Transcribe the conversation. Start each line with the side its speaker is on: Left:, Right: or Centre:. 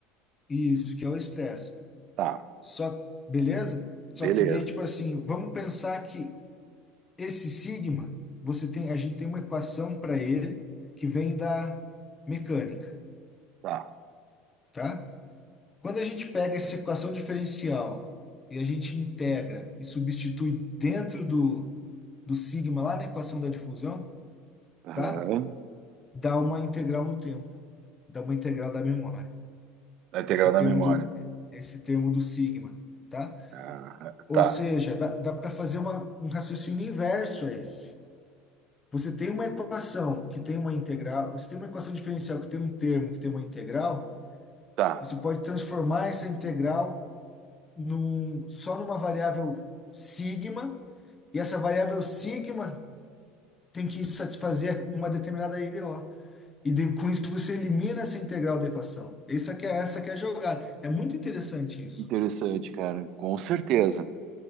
Left: isso, que é o estresse.
Right: Tá,
Left: Só, beleza? Só
Right: beleza,
Left: que daí, tipo assim, vamos pensar que esse sigma, você tem, a gente tem uma equação para ele que vem da mecânica,
Right: tá.
Left: tá? Quando a gente pega essa equação diferencial e a gente integra e substitui dentro do, do sigma lá na equação da difusão,
Right: Aham.
Left: tá? Dá uma integral no tempo, dá uma integral da memória.
Right: A integral
Left: Esse
Right: da
Left: termo
Right: memória.
Left: do, esse termo do sigma, tá?
Right: Aham,
Left: Ou
Right: Tá,
Left: seja, dá, dá para fazer uma, um raciocínio inverso a esse. Você tem uma equação que tem uma integral, você tem uma equação diferencial que tem um termo que tem uma integral,
Right: tá.
Left: você pode transformar essa integral num, só numa variável sigma, e essa variável sigma tem que satisfazer uma determinada IDO. E de- com isso você elimina essa integral da equação. Essa que é essa que é a jogada. É muito interessante isso.
Right: Interessante, cara, com certeza.